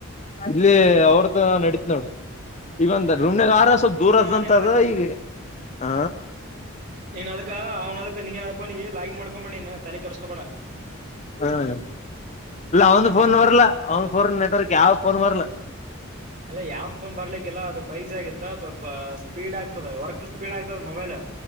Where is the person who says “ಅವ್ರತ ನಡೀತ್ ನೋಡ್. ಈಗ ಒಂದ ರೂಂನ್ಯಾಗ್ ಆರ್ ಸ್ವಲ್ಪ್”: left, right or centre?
Left